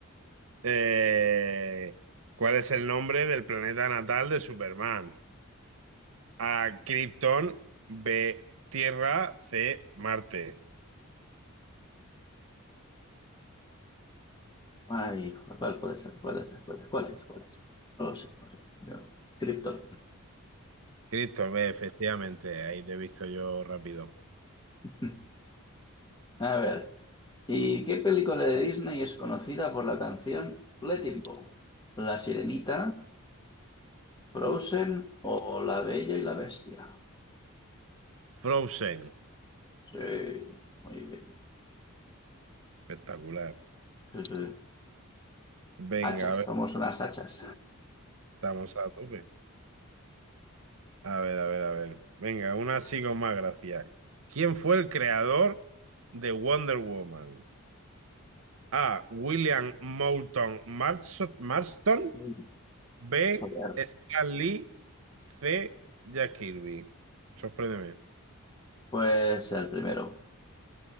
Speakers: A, on the right; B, on the left.
A: Eh, ¿cuál es el nombre del planeta natal de Superman? A. Krypton. B. Tierra. C. Marte.
B: Ay, hijo, ¿cuál puede ser? ¿Cuál es? ¿Cuál es? ¿Cuál es? ¿Cuál es? No lo sé, no lo sé. Yo- Krypton.
A: Cristo, ve, efectivamente, ahí te he visto yo rápido.
B: <laughs> A ver, ¿y qué película de Disney es conocida por la canción Let It Go? ¿La Sirenita, Frozen o La Bella y la Bestia?
A: Frozen,
B: Sí, muy bien.
A: espectacular.
B: Sí, sí.
A: Venga,
B: Hachas,
A: a ver,
B: somos unas hachas.
A: estamos a tope. A ver, a ver, a ver. Venga, una así con más gracia. ¿Quién fue el creador de Wonder Woman? A. William Moulton Marsh- Marston.
B: Mm,
A: B.
B: joder.
A: Stan Lee. C. Jack Kirby. Sorpréndeme.
B: Pues el primero.